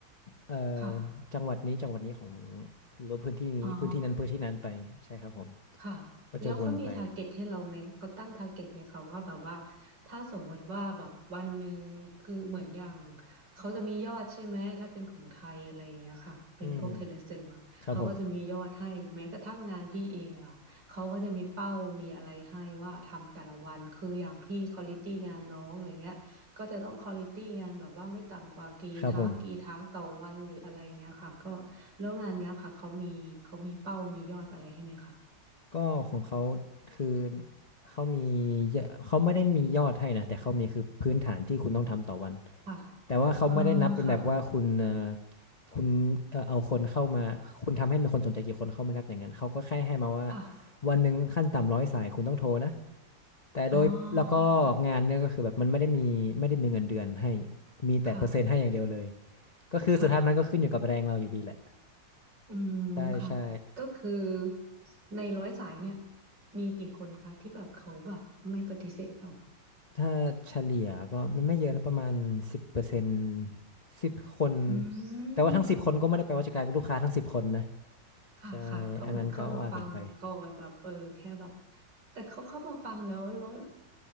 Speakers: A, on the left (about 65°); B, on the right (about 65°).
A: เอ่อจังหวัดนี้จังหวัดนี้ของ
B: ค่ะ
A: หรือว่าพื้นที่นี้พื้นที่นั้นพื้นที่นั้นไปใช่ครับผม
B: อ๋อ ค่ะแล้วเขามีทาร์เก็ตให้เราไหมเขาตั้งทาร์เก็ตไหมคะว่าแบบว่า
A: ก็จะวนไป
B: ถ้าสมมติว่าแบบวันหนึ่งคือเหมือนอย่าง เขาจะมียอดใช่ไหม ถ้าเป็นของไทยอะไรอย่างเงี้ยค่ะเป็นพวกเทเลเซลอะเขาก็จะมียอดให้แม้กระทั่งงานพี่เองอะเขาก็จะมีเป้ามีอะไรให้ว่าทำแต่ละวันคืออย่างพี่ควอลิตี้งานน้องอะไรเงี้ยก็จะต้องควอลิตี้งานแบบว่าไม่ต่ำกว่ากี่ทักกี่ทักต่อวันหรืออะไรเงี้ยค่ะก็
A: อืมครับผมครับผม
B: แล้วงานเนี้ยค่ะเขามีเขามีเป้ามียอดอะไรให้ไหมคะ
A: ก็ของเขาคือเขามีเยอะเขาไม่ได้มียอดให้นะแต่เขามีคือพื้นฐานที่คุณต้องทำต่อวัน
B: ค่ะ
A: แต่ว่าเขาไม่ได้นับเป็นแบบว่าคุณเอ่อ
B: อ๋อค่ะ
A: คุณเอ่อเอาคนเข้ามาคุณทำให้มีคนสนใจกี่คนเขาไม่นับอย่างนั้นเขาก็แค่ให้มาว่า
B: ค่ะ
A: วันหนึ่งขั้นต่ำร้อยสายคุณต้องโทรนะแต่โดยแล้วก็
B: อ๋อ
A: งานเนี่ยก็คือแบบมันไม่ได้มีไม่ได้มีเงินเดือนให้มีแต่เปอร์เซ็นต์ให้อย่างเดียวเลย
B: ค่ะ
A: ก็คือสุดท้ายมันก็ขึ้นอยู่กับแรงเราอยู่ดีแหละ
B: ค่ะอืมค่ะก็คือ
A: ใช่ใช่
B: ในร้อยสายเนี่ยมีกี่คนคะที่แบบเขาแบบไม่ปฏิเสธเรา
A: ถ้าเฉลี่ยก็มันไม่เยอะนะประมาณสิบเปอร์เซ็นต์สิบคน
B: อืม
A: แต่ว่าทั้งสิบคนก็ไม่ได้แปลว่าจะกลายเป็นลูกค้าทั้งสิบคนนะ
B: ค่ะค่ะก็เหมือนเข้ามาฟังก่อนแบบเออแค่แบบ
A: ใช่อันนั้นก็ว่ากันไป
B: แต่เขาเข้ามาฟังแล้วแล้ว